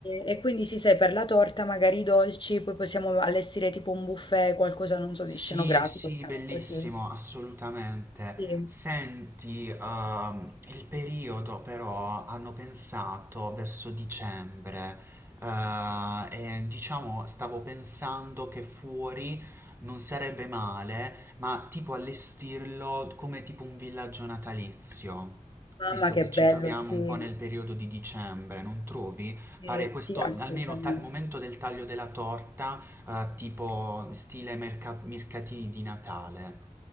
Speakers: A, on the left; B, on the right.
A: e quindi si sai, per la torta magari i dolci, poi possiamo allestire tipo un buffet, qualcosa, non so,
B: Sì,
A: di scenografico,
B: sì,
A: diciamo
B: bellissimo,
A: così.
B: assolutamente.
A: Sì.
B: Senti, ehm, il periodo però hanno pensato verso dicembre, eh, e diciamo stavo pensando che fuori non sarebbe male, ma tipo allestirlo come tipo un villaggio natalizio,
A: Mamma
B: visto
A: che
B: che ci
A: bello,
B: troviamo
A: sì.
B: un po' nel periodo di dicembre, non trovi? Fare
A: Sì,
B: questo,
A: sì, assolutamente.
B: almeno al momento del taglio della torta, eh, tipo stile merca- mercatini di Natale.